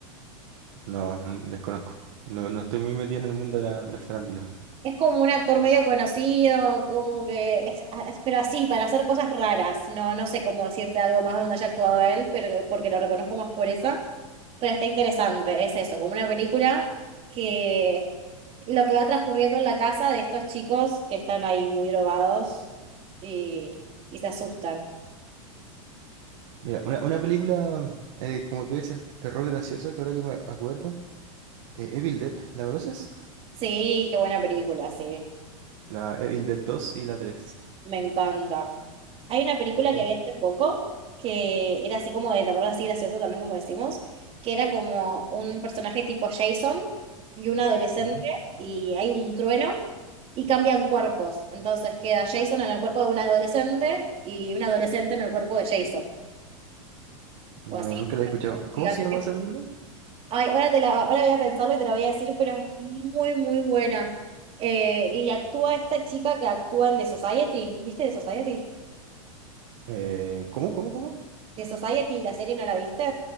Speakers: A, on the right; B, on the right.
A: No, n- desconozco. No, no estoy muy metido en el mundo de la, de la farándula.
B: Es como un actor medio conocido, como que es, ah, es- pero así, para hacer cosas raras. No, no sé cómo decirte algo más donde haya actuado él, pero porque lo reconozco más por eso. Pero está interesante, es eso, como una película que lo que va transcurriendo en la casa de estos chicos que están ahí muy drogados y, y se asustan.
A: Mira, una, una película, eh, como tú dices, terror graciosa, que ahora que me acuerdo, eh, Evil Dead, ¿la conoces?
B: Sí, qué buena película, sí.
A: La Evil Dead 2 y la 3.
B: Me encanta. Hay una película
A: Es como-
B: que vi hace poco que era así como de terror, así gracioso también, como decimos, que era como un personaje tipo Jason y un adolescente
A: Ujú.
B: y hay un trueno y cambian cuerpos. Entonces queda Jason en el cuerpo de un adolescente y un adolescente en el cuerpo de Jason.
A: No,
B: O así.
A: nunca la he escuchado.
B: Un
A: ¿Cómo
B: gigante.
A: se llama esa película?
B: Ay, ahora, te la, ahora voy a pensarlo y te lo voy a decir, pero es muy, muy buena. Eh, y actúa esta chica que actúa en The Society. ¿Viste The Society?
A: Eh, ¿cómo, cómo, cómo?
B: de Society, la serie no la viste.